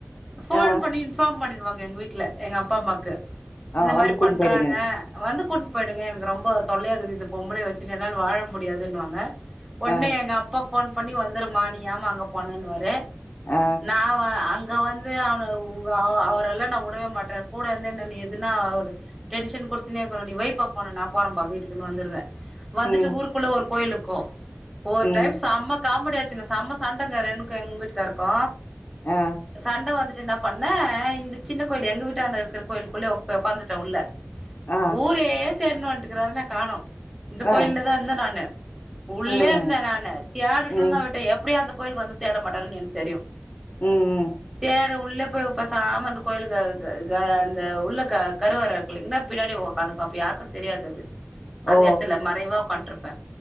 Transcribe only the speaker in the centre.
ஃபோன்
பண்ணி இன்ஃபார்ம் பண்ணிடுவாங்க எங்க வீட்ல எங்க அப்பா அம்மாக்கு இந்த
மாரி
பண்றாங்க
வந்து கூட்டிட்டு போயிடுங்க எனக்கு ரொம்ப தொல்லையா இருக்குது இந்த பொம்பளய வச்சுன்னு என்னால வாழ முடியாதுன்னுவாங்க ஒடனே
எங்க அப்பா போஃன் பண்ணி வந்துருமா நீ ஏமா அங்க போனன்னுவாரு
நா அங்க அங்க வந்து அவன அவரெல்லா நா உடவே மாட்டே கூட வந்து என்னன்ன எதுனா டென்ஷன் குடுத்துன்னே <unintelligible> நீ வைப்பா போன நா போறம்பா வீட்டுன்னு வந்துருவே வந்துட்டு
ஊருக்குள்ள ஒரு கோயிலுக்கு ஒரு
டைம் சம காமெடி ஆச்சுங்க செம்ம சண்டைங்க எனக்கு எங்க வீட்டுக்காருக்கு
சண்ட வந்துட்டு என்ன பண்ணே இந்த சின்ன கோயில் எங்க வீட்டான இருக்கர கோயிலுக்குள்ளே போய் ஒக்காந்துட உள்ள
ஊரே தேடணுவன்ட்டுக்கிறாரு நா கானோ இந்த கோயில்லதா
இருந்தே நானு உள்ளே
இருந்தே நானு தேடடேன்னு
தா விட்டே எப்டியு அந்த கோயிலுக்கு வந்து தேட மாட்டாருன்னு எனக்கு தெரியு
தேட உள்ள போய் பசாம அந்த கோயிலுகு <unintelligible> அந்த உள்ள கருவற பின்னாடி உக்காந்துகுவ அப்ப யாருக்கு தெரியாது அது அந்த
எடத்துல மறைவா ஒக்காண்டிருப்பே